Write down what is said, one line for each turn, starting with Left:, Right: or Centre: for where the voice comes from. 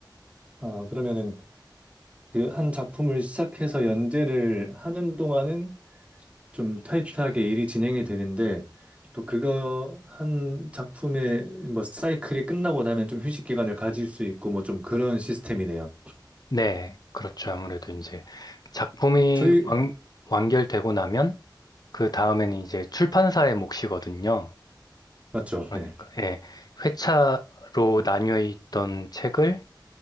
Right: 아, 그러면은 그 한 작품을 시작해서 연재를 하는 동안은 좀 타이트하게 일이 진행이 되는데 또 그거 한 작품의 뭐 사이클이 끝나고 나면 좀 휴식 기간을 가질 수 있고 뭐 좀 그런 시스템이네요.
Left: 네, 그렇죠. 아무래도 이제 작품이
Right: 저희
Left: 완, 완결되고 나면 그 다음에는 이제 출판사의 몫이거든요.
Right: 맞죠?
Left: 그러니까
Right: 네.
Left: 예, 회차로 나뉘어 있던 책을